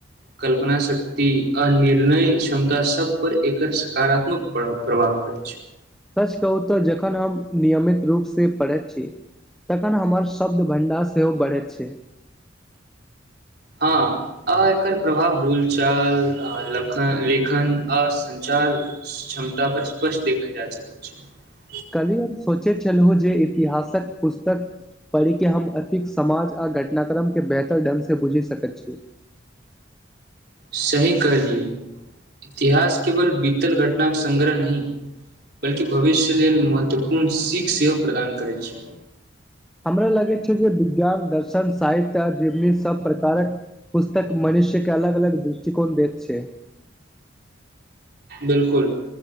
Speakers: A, on the right; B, in the centre.
A: कल्पना शक्त आ निर्णय क्षमता सब पर एकर सकारात्मक प्रभाव पड़ैत छै।
B: कहू तऽ जखन हम नियमित रूप से पढ़ैत छी, तखन हमर शब्द भं्डार सेहो बढ़ैत छै।
A: हँ, आ एकर प्रभाव भूलचाल लखन लेखन आ सचार क्षमता पर स्पष्ट देखल जा सकैत छै।
B: कल्हि हम सोचैत छलहु जे इतिहासक पुस्तक पढ़िके हम अतििक्त समाज आ घटनाक्रमकेँ बेहतर ढङ्गसँ बुझि सकैत छी।
A: सही कहलियै, इतिहास केवल बीतल घटनाक संगङग्रह नहि, बल्कि भविष्य लेल महत्वपूर्ण सीख सेहो प्रदान करैत छै।
B: हमरा लगे छै जे विज्ञान दर्शन शन, साहित्य आ जीवनी सब प्रकारक पुस्तक मनुष्य के अलग अलग दृष्टिकोण दैत छै।
A: बिलकुल,